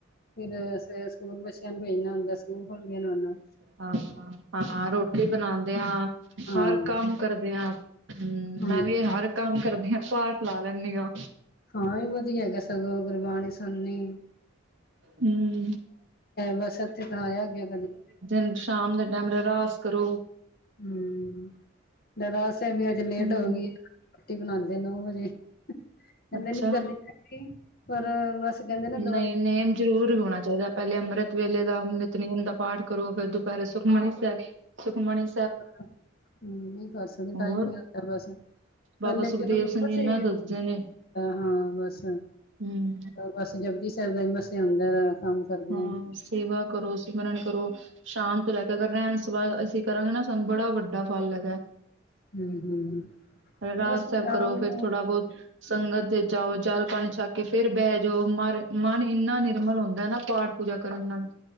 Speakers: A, on the left; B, on the right.
A: ਫਿਰ ਸਕੂਲ ਬੱਚਿਆਂ ਨੂੰ ਭੇਜਣਾ ਹੁੰਦਾ ਸਕੂਲ ਖੁਲਣਾ ਉਹਨਾਂ
B: ਹਾਂ ਹਾਂ ਰੋਟੀ ਬਣਾਉਂਦੇ ਹ
A: ਹਾਂ
B: ਹਰ ਕੰਮ ਕਰਦੇ ਹਾਂ ਹਮ
A: ਹਾਂ
B: ਮੈਂ ਵੀ ਇਹ ਹਰ ਕੰਮ ਕਰਦੀ ਹਾਂ ਪਾਠ ਲਾ ਲੈਂਦੀ ਹਾਂ
A: ਹਾਂ ਇਹ ਵਧੀਆ ਹੈਗਾ ਸਗੋਂ ਗੁਰਬਾਣੀ ਸਨੀ
B: ਹਮ
A: ਬਸ ਇੱਥੇ ਤਾਂ ਆਇਆ ਗਿਆ ਕਦੇ
B: ਨ ਸ਼ਾਮ ਦੇ ਟਾਈਮ ਦਾ ਰਸ ਕਰੋ
A: ਹਮ ਦਦਾਸੇ ਵੀ ਅੱਜ ਲੇਟ
B: ਹਮ
A: ਹੋ ਗਈ ਰੋਟੀ ਬਣਾਉਂਦੇ ਨੋ ਵਜੇ ਕਹਿੰਦੇ
B: ਅੱਛਾ
A: ਨੀ ਕਰਨੀ ਪ ਪਰ ਬਸ ਕਹਿੰਦੇ ਨਾ ਦੁਆ
B: ਨਹੀਂ ਨੇਯਮ ਜ਼ਰੂਰ ਹੋਣਾ ਚਾਹੀਦਾ ਪਹਿਲੇ ਅੰਮ੍ਰਿਤ ਵੇਲੇ ਦਾਿਤ ਨੇਯਮ ਦਾ ਪਾਠ ਕਰੋ ਫਿਰਰ ਦੁ ਪਰ ਸੁਖਮਣੀ ਸਾਹਿ ਸੁਖਮਣੀ
A: ਹਮ ਨਹੀਂ ਕਰ ਸਕਦੇ ਟਾਈਮ
B: ਹੋਰ
A: ਨੀ ਲੱਦਾ ਬਸ
B: ਬਾਬਾ
A: ਇਕੱਲੇ
B: ਸੁਖਦੇਵ
A: ਸ਼ੁਰੂ ਕੀਤਾ
B: ਸਿੰਘ ਜੀ ਇੰਨਾ
A: ਸੀ
B: ਦੱਸਦੇ ਨੇ
A: ਹਾਂ ਬਸ
B: ਹਮ
A: ਬਸ ਜਪਦੀ ਸਰਦਾ ਮਸੇ ਆਉਂਦਾ ਕੰਮ ਕਰਦਿਆਂ
B: ਹਾਂ
A: ਹੀ
B: ਸੇਵਾ ਕਰੋ ਸਿਮਰਨ ਕਰੋ ਸ਼ਾਮ ਤੋਂ ਲੈ ਕੇ ਅਗਰ ਰਹਿਣ ਸ ਅਸੀਂ ਕਰਾਂਗੇ ਨਾ ਸਾਨੂੰ ਬੜਾ ਵੱਡਾ ਫਲ ਹੈਗਾ
A: ਹੂੰ ਹੂੰ
B: ਰਾਜ
A: ਬਸ
B: ਸਾਹਿਬ
A: ਸ਼ਾਮ
B: ਕਰੋ ਫੇਿਰ
A: ਨੂੰ
B: ਥੋੜਾ ਬਹੁਤ ਸੰਗਤ ਤੇ ਜਾਓ ਜਲ ਪਾਣੀ ਛਾ ਕੇ ਫੇਿਰ ਬਹਿ ਜਾਓ ਮਰ ਮਨ ਇੰਨਾ ਨਿਰਮਲ ਹੁੰਦਾ ਨਾ ਪਾਠ ਪੂਜਾ ਕਰਨ ਨਾਲ